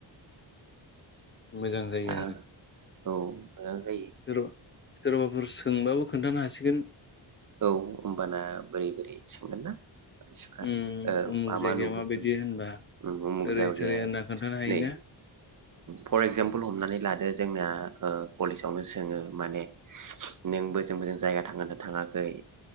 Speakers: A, on the left (about 30°); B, on the right (about 45°).
A: मोजां जायो
B: औ
A: आरो
B: मोजां जायो।
A: सोरबा सोरबाफोर सोंबाबो खोन्थानो हासिगोन।
B: औ हबाना बोरै बोरै सोंगोना। सिखा
A: उम उमुख
B: मामा
A: जायगाया
B: नुबोखो
A: माबायदि होनबा
B: उम उमचग
A: ओरै
B: जायगाया
A: थोरै होनना खोन्थानो हायोना
B: नै फर एगजामपोल हमनानै लादो जोंना कलेजावनो सोङो माने नों बोजों बोजों जायगा थांनादोंना थाङा बोय